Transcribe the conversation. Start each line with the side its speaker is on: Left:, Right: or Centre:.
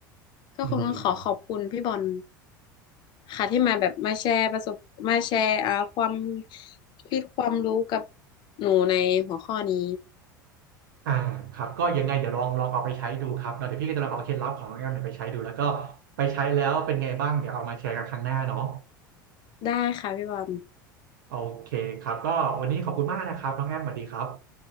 Left: ก็คงต้องขอขอบคุณพี่บอล
Right: อืม
Left: ค่ะที่มาแบบมาแชร์ประสบมาแชร์เอ่อความคิดความรู้กับหนูในหัวข้อนี้
Right: อ่าครับก็ยังไงเดี๋ยวลองลองเอาไปใช้ดูครับเนาะเดี๋ยวพี่ก็จะลองเอาเคล็ดลับของน้องแอมเนี่ยไปใช้ดูแล้วก็ไปใช้แล้วเป็นไงบ้างเดี๋ยวเอามาแชร์กันครั้งหน้าเนาะ
Left: ได้ค่ะพี่บอล
Right: โอเคครับก็วันนี้ขอบคุณมากนะครับน้องแอมสวัสดีครับ